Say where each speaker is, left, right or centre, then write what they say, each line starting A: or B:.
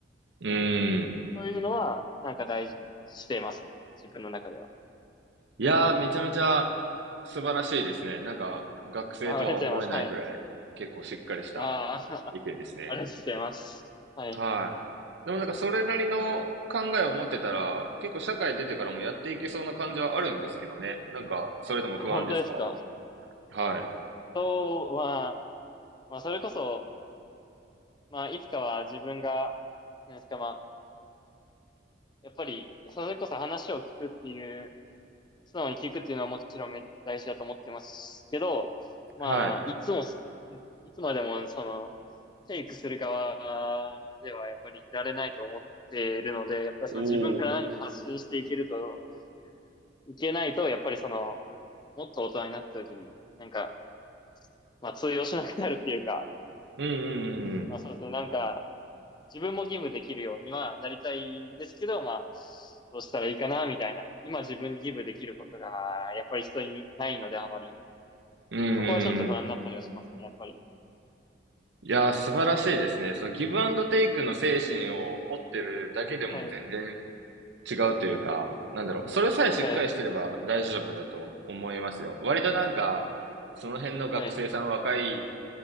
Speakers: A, on the right (about 65°); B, on the left (about 25°).
A: ーん。
B: そういうのは、なんか大事にしてますね。自分の中では。
A: いやー、めちゃめちゃ素晴らしいですね。なんか、学生とは思えないぐらい、
B: あ、ありがとうございます。はい。
A: 結構しっかりした
B: ああ、<laughs>
A: 意見ですね。
B: ありがとうございます。はい。
A: はい。でもなんか、それなりの考えを持ってたら、結構社会出てからもやっていけそうな感じはあるんですけどね。なんか、それでも不安ですか
B: あ本当ですか。
A: はい。
B: そうは、まあ、それこそ、まあ、いつかは自分が、なんですか、まあ、やっぱり、それこそ話を聞くっていう、素直に聞くっていうのはもちろんめっちゃ大事だと思ってますけど、まあ、
A: はい。
B: いつも、いつまでも、その、テイクする側ではやっぱりいられないと思っているので、やっぱりその自分から何か発信していけると、
A: おお。
B: いけないと、やっぱりその、もっと大人になった時に、なんか、まあ通用しなくなるっていうか、
A: うんうん
B: まあそうですね、なんか、自分もギブできるようにはなりたいんですけど、まあ、どうしたらいいかな、みたいな。今自分にギブできることが、やっぱり人にないのであまり。
A: うんうん。うんうんうん。
B: そこはちょっと不安になったりはしますね、やっぱり。
A: いやー、素晴らしいですね。そのギブアンドテイクの精神を持ってるだけでも全然
B: はい。
A: 違うというか、なんだろう、それさえしっかりしてれば大丈夫だと思いますよ。
B: はい。はい。
A: 割となんか、その辺の学生さん、
B: はい。
A: 若い